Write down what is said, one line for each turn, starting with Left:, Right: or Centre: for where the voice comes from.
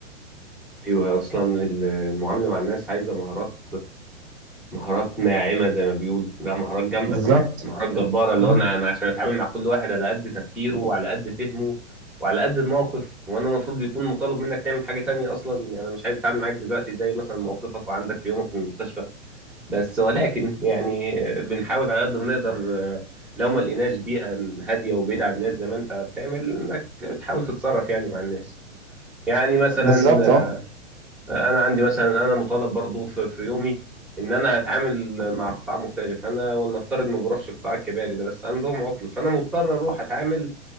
Centre: ايوه اصلا ال- المعاملة مع الناس عايزة مهارات مهارات ناعمة زي ما بيقولوا لا مهارات جامدة
Right: بالظبط
Centre: كمان مهارات جامدة جبارة اللي
Right: اه
Centre: هو أنا أنا عشان أتعامل مع كل واحد على قد تفكيره وعلى قد فهمه وعلى قد الموقف وأنا المفروض بيكون مطالب منك تعمل حاجة تانية أصلا يعني أنا مش عايز أتعامل معاك دلوقتي زي مثلا موقفك وعندك في يومك في المستشفى بس ولكن يعني بنحاول على قد ما نقدر آه، لو ما لقيناش بيئة هادية وبعيدة عن الناس زي ما أنت بتعمل إنك تحاول تتصرف يعني مع الناس يعني مثلا
Right: بالظبط اه
Centre: انا عندي مثلا انا مطالب برضو في, في يومي ان انا اتعامل مع قطاع مختلف انا ولنفترض ما بروحش القطاع الكباري ده بس عندهم عطل فانا مضطر اروح اتعامل